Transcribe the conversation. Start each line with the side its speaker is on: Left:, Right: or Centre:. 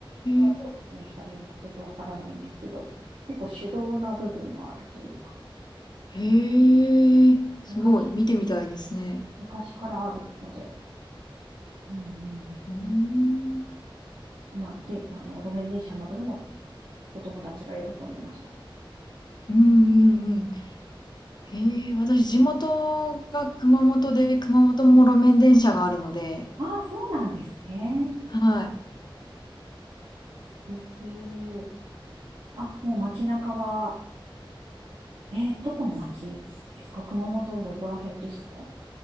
Right: これはどう説明したらいいのかちょっとわからないんですけど、
Left: え、
Right: 結構手動な部分もあるというか、
Left: へえ、すごい、
Right: 昔、
Left: 見てみたいですね。
Right: 昔からあるので、うんうん
Left: うーん、
Right: まあ、で、あの、路面電車に乗るのも子供たちが喜んでました。
Left: うんうんうん。へえ、私地元が熊本で、熊本も路面電車があるので、
Right: ああ、そうなんですね。
Left: はい。
Right: 素敵。あ、もう街中は、え、どこの街ですか熊本のどこら辺ですか